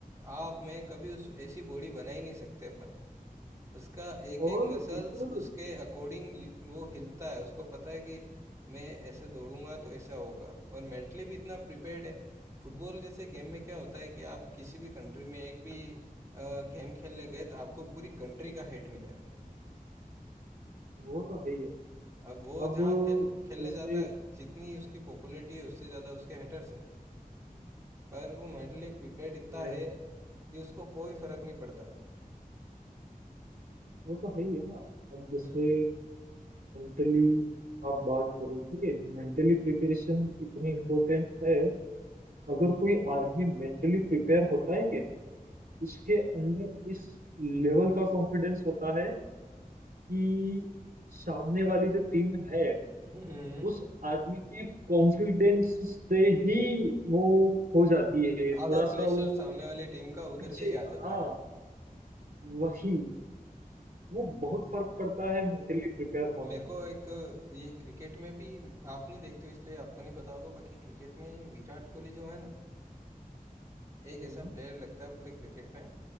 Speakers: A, on the right (about 20°); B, on the right (about 75°).
A: आप में कभी उस ऐसी बॉडी बना ही नहीं सकते अपन उसका एक
B: और
A: एक मसल्स
B: एक और
A: उसके अकॉर्डिंग वो हिलता है उसको पता है कि मैं ऐसे दौड़ूंगा तो ऐसा होगा और मेंटली भी इतना प्रिपेयर्ड है फुटबॉल जैसे गेम में क्या होता है कि आप किसी भी कंट्री में एक भी गेम खेलने गए तो आपको पूरी कंट्री का हेट मिलेगा
B: वो तो है ही है
A: अब वो
B: अब
A: जहाँ खेल खेलने
B: जैसे
A: जाता है जितनी उसकी पॉपुलैरिटी है उससे ज़्यादा उसके हेटर्स हैं पर वो मेंटली प्रिपेयर्ड इतना
B: मैं-
A: है कि उसको कोई फर्क नहीं पड़ता
B: वो तो है ही है ना अब जैसे
A: हम्म
B: मेंटली आप बात करो ठीक है मेंटली प्रिपरेशन इतनी इम्पोर्टेंट है अगर कोई आदमी मेंटली प्रिपेयर होता है कि उसके अंदर इस लेवल का कॉन्फिडेंस होता है कि सामने वाली जो टीम है
A: हम्म।
B: उस आदमी के कॉन्फिडेंस से ही वो हो जाती है थोड़ा
A: आधा
B: सा
A: प्रेशर
B: वो
A: सामने वाली टीम का उधर
B: पीछे
A: से ही आ
B: हाँ
A: जाता है
B: वही वो बहुत फर्क पड़ता है मेंटली प्रिपेयर होने
A: मेरे
B: में
A: को एक ये क्रिकेट में भी आप नहीं देखते हो इसलिए आपको नहीं पता होगा बाकी क्रिकेट में विराट कोहली जो है ना एक
B: हम्म।
A: ऐसा प्लेयर लगता है पूरे क्रिकेट में